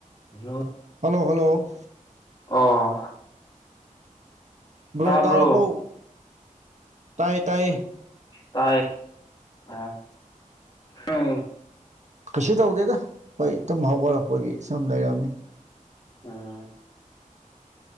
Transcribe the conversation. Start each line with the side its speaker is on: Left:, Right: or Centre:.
Left: hello
Right: hello hello
Left: ꯑꯣ
Right: ꯍꯂꯣ
Left: ꯇꯥꯕ꯭ꯔꯣ
Right: ꯇꯥꯔꯕꯣ ꯇꯥꯏ ꯇꯥꯏ
Left: ꯇꯥꯏꯌꯦ ꯑꯥ ꯑꯥꯎ
Right: ꯀꯩꯁꯨ ꯇꯧꯗꯦꯗ ꯍꯣꯏ ꯇꯨꯝ ꯍꯧꯒꯠꯂꯛꯄꯒꯤ ꯁꯨꯝ ꯂꯩꯔꯝꯃꯤ
Left: ꯑꯥ